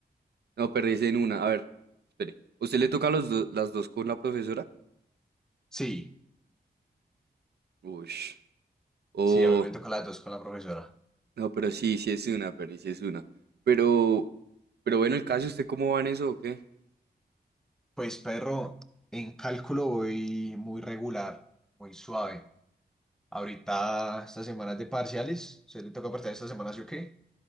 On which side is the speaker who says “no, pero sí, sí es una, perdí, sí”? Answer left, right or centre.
Right